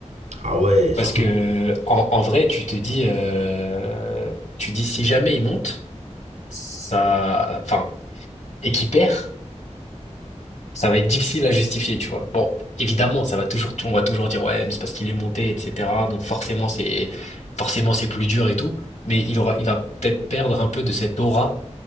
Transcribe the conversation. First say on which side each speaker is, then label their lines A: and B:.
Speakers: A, on the right; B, on the left.
A: Ah ouais, surtout.
B: Parce que en, en vrai, tu te dis, euh, tu dis si jamais il monte, ça, enfin, et qu'il perd, ça va être difficile à justifier, tu vois. Bon, évidemment, ça va toujours, on va toujours dire ouais, mais c'est parce qu'il est monté, etc. Donc forcément, c'est forcément c'est plus dur et tout. Mais il aura, il va peut-être perdre un peu de cette aura